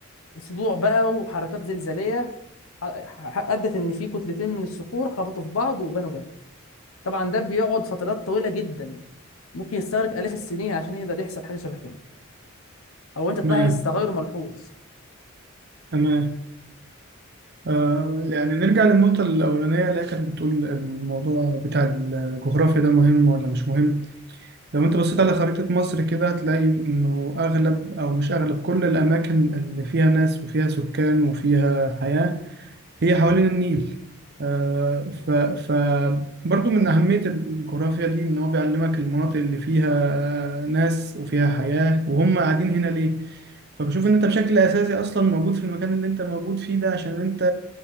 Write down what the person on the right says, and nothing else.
تمام
تمام آه يعني نرجع للنقطة الأولانية اللي هي كانت بتقول الموضوع بتاع الجغرافيا ده مهم ولا مش مهم لو أنت بصيت على خريطة مصر كده هتلاقي إنه أغلب أو مش أغلب كل الأماكن اللي فيها ناس وفيها سكان وفيها حياة هي حوالين النيل آه، ف ف برضو من أهمية الجغرافيا دي إن هو بيعلمك المناطق اللي فيها ناس وفيها حياة وهم قاعدين هنا ليه فبشوف إن أنت بشكل أساسي أصلا موجود في المكان اللي أنت موجود فيه ده عشان أنت